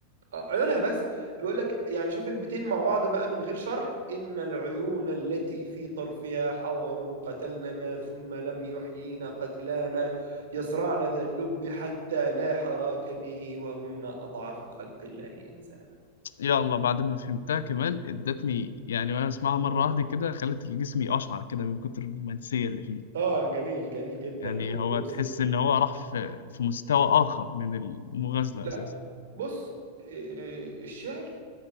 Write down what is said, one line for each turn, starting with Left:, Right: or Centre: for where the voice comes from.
Right: آه، عيونها بس بيقول لك يعني شوف البيتين مع بعض بقى من غير شرح ان العيون التي في طرفها حور قتلنا ثم لم يحيينا قتلانا يصرعن ذا اللب حتى لا حراك به وهن اضعف خلق الله انسانا
Left: يا الله بعد ما فهمتها كمان ادتني يعني وانا اسمعها مره واحده كده خلت جسمي اشعر كده من كتر الرومانسيه اللي فيه
Right: طبعا جميل جميل جدا
Left: يعني
Right: وبيوصف
Left: هو تحس ان هو راح في في مستوى اخر من المغازله
Right: لا
Left: اساسا
Right: بص إيه، الشعر